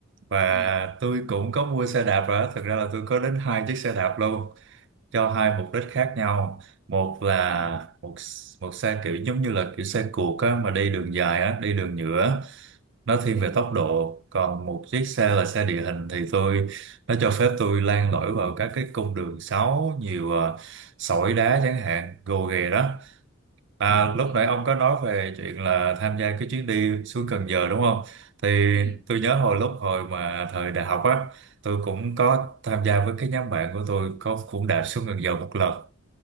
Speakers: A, on the right; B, on the left.
A: Và
B: ừ
A: tôi cũng có mua xe đạp rồi á. Thật ra là tôi có đến hai chiếc xe đạp luôn. Cho hai mục đích khác nhau. Một là
B: ừ
A: một một xe kiểu giống như là kiểu xe cuộc á, mà đi đường dài á, đi đường nhựa. á. Nó thiên
B: ừ
A: về tốc độ. Còn một chiếc xe là xe địa hình thì tôi, nó cho phép tôi len lỏi vào các cái cung đường xấu, nhiều à, sỏi đá chẳng hạn, gồ ghề đó À, lúc
B: ừ ừ
A: nãy ông có nói về chuyện là tham gia cái chuyến đi xuống Cần Giờ đúng không? Thì
B: ừ
A: tôi nhớ hồi lúc hồi mà thời đại học á, tôi cũng có tham gia với cái nhóm bạn của tôi có cũng đã xuống Cần Giờ một lần